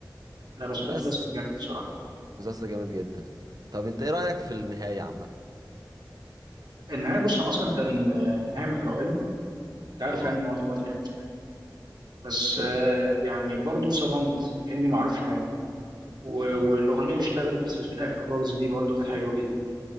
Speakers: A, on the right; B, on the right.
A: لا بس هو
B: بس
A: مسلسل جامد بصراحه
B: مسلسل جامد جدا طب انت ايه رايك في النهايه عامه
A: النهايه بص انا اصلا كان آه، النهايه محرقه لي كنت عارف
B: اه
A: يعني ان هو دلوقتي هيموت في الآخر. بس
B: اوكي
A: آه، يعني برضه اتصدمت كاني ما اعرفش حاجه و-
B: امم
A: والاغنيه اللي اشتغلت في الاخر خالص دي برضه كانت حلوه جدا